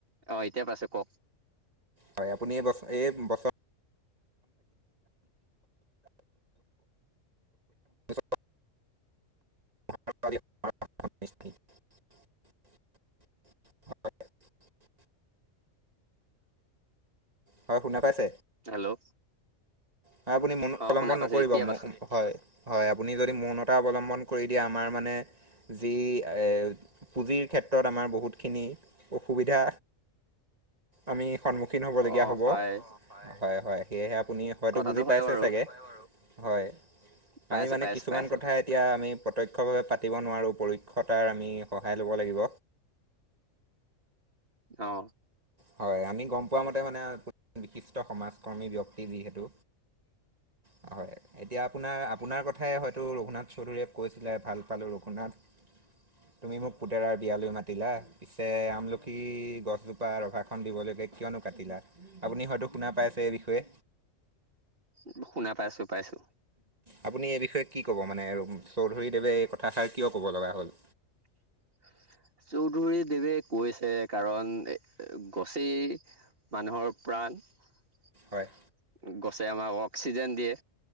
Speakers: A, on the right; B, on the right.
A: অ', এতিয়া পাইছোঁ কওক?
B: হয় আপুনি এই বছ এই বছৰ <inaudible> <inaudible> <inaudible> হয় শুনা পাইছে?
A: হেল্ল'
B: হে আপুনি মনো
A: অ
B: পলমন
A: শুনা পাইছো
B: নকৰিব
A: এতিয়া
B: ম
A: পাইছো
B: হয় হয় আপুনি যদি মৌনতা অৱলম্বন কৰি দিয়ে আমাৰ মানে যি এ পুঁজিৰ ক্ষেত্ৰত আমাৰ বহুতখিনি অসুবিধা আমি সন্মুখীন হব লগীয়া
A: অ
B: হ'ব
A: হয়
B: হয় হয় সেয়েহে আপুনি হয়তো
A: কথাটো
B: বুজি
A: হয়
B: পাইছে
A: বাৰু
B: চাগে হয়
A: পাইছো
B: আমি মানে
A: পাইছো
B: কিছুমান
A: পাইছো
B: কথা এতিয়া আমি প্ৰত্যক্ ক্ষভাৱে পাতিব নোৱাৰোঁ পৰোক্ষতাৰ আমি সহায় ল'ব লাগিব
A: অ
B: হয় আমি গম পোৱা মতে মানে বিশিষ্ট সমাজ কৰ্মী ব্যক্তি যিহেতু <unintelligible> হয় এতিয়া আপোনাৰ আপোনাৰ কথাই হয়তো ৰঘুনাথ চৌধুৰীয়ে কৈছিলে ভাল পালোঁ ৰঘুনাথ তুমি মোক পুতেৰাৰ বিয়ালৈ মাতিলা পিছে আমলখি গছজোপা ৰভা খন দিবলৈকে কিয়নো কাটিলা আপুনি হয়তো শুনা পাইছেই এই বিষয়ে
A: উম শুনা পাইছো পাইছো
B: আপুনি এই বিষয়ে কি ক'ব মানে আৰু চৌধুৰীদেৱে এই কথাষাৰ কিয় ক'ব লগা হ'ল
A: <unintelligible> চৌধুৰী দেৱে কৈছে কাৰণ এ গছেই মানুহৰ প্ৰা প্ৰাণ
B: হয়
A: গছে আমাক অক্সিজেন দিয়ে